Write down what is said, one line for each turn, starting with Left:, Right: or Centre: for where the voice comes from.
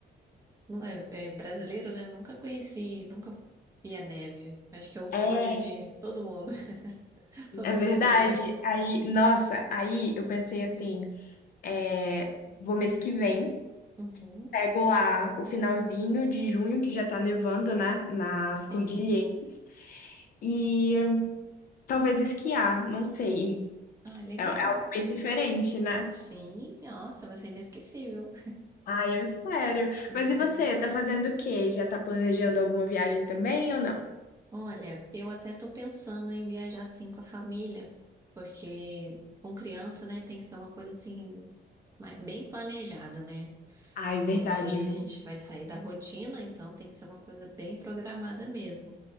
Right: Não é, é brasileiro, né? Nunca conheci, nunca vi a neve. Acho que é o sonho
Left: É.
Right: de todo mundo, <laughs> todo
Left: É verdade.
Right: brasileiro.
Left: Aí, nossa, aí eu pensei assim, é, vou mês que vem,
Right: Uhum,
Left: pego lá o finalzinho de junho, que já tá nevando, né, nas
Right: sim.
Left: cordilheiras, e talvez esquiar, não sei.
Right: Ah, legal.
Left: É, é algo bem diferente, né?
Right: Sim, nossa, vai ser inesquecível.
Left: Ah, eu espero.
Right: Você.
Left: Mas e você, tá fazendo o quê? Já tá planejando alguma viagem também ou não?
Right: Olha, eu até tô pensando em viajar assim com a família, porque com criança, né, tem que ser uma coisa assim, mas bem planejada, né?
Left: Ai, verdade,
Right: Porque
Left: viu?
Right: a gente vai sair da rotina, então tem que ser uma coisa bem programada mesmo.